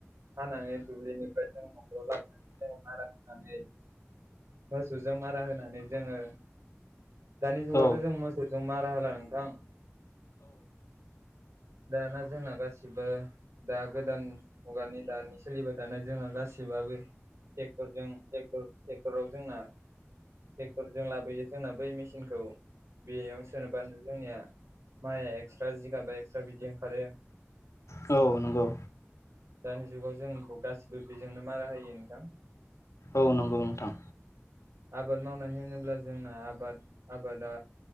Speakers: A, on the right (about 70°); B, on the left (about 85°).
A: हानानै दुब्लिनिफ्राय जों नखराव लाबनानै जों मारा होनानै मोसौजों मारा होनानै जोङो दानि जुगावथ'
B: औ
A: जों मोसौजों मारा होला नोंथां दाना जोंना गासिबो दा गोदान मुगानि दानि सोलिबाय थानाय जोंहा गासिबो एसेबाबो टेकटरजों टेक टेकराव जोंना ट्रेक्टरजों लाबोयो जोंना बै मेचिनखौ बेयाव सोरनोबानो जोंनिया माइया एक्सट्रा जिगाबा एक्सट्रा बिदि ओंखारो
B: औ नंगौ
A: दानि जुगाव जों गासिबो बेजोंनो मारा होयो नोंथां
B: औ नंगौ नोंथां
A: आबाद मावनाय होनोब्ला जोंना आबाद आबादा